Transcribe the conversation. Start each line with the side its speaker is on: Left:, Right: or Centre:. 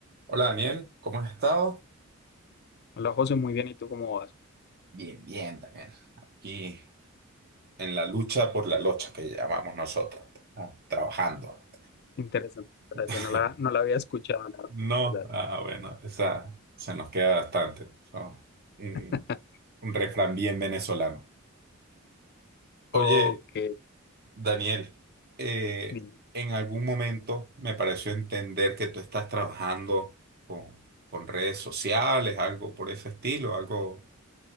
Right: Hola Daniel, ¿cómo has estado?
Left: Hola José, muy bien. ¿Y tú cómo vas?
Right: Bien, bien, Daniel. Aquí en la lucha por la locha que llamamos nosotros, Estamos trabajando.
Left: Interesante. frase,
Right: <laughs>
Left: No la, no la había escuchado, la
Right: No,
Left: verdad.
Right: ah, bueno, esa se nos queda bastante. ¿no? un,
Left: <laughs>
Right: un refrán bien venezolano. Oye,
Left: Ok.
Right: Daniel, eh,
Left: bien.
Right: en algún momento me pareció entender que tú estás trabajando con, con redes sociales, algo por ese estilo, algo